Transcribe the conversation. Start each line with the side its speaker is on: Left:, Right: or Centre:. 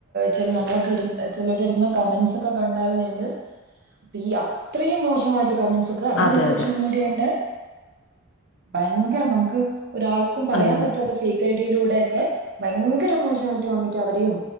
Right: ചില നമ്മളൊക്കെ ഇ ചിലർ ഇടുന്ന കമന്റ്സ് ഒക്കെ കണ്ടാലും നമ്മള് <unintelligible> അത്രയും മോശം ായിട്ട് കമന്റ്സ് ഒക്കെ അതും
Left: അതെ
Right: ഈ സോഷ്യൽ
Left: അതെ
Right: മീഡിയന്റെ ഭയങ്കര നമുക്ക് ഒരാൾക്കും പറയാൻ
Left: അതെ അതെ
Right: പറ്റാത്ത ഫേക്ക് ഐ ഡിയിലൂടെ ഒക്കെ ഭയങ്കര മോശമായിട്ട് വന്നിട്ട് അവരെയും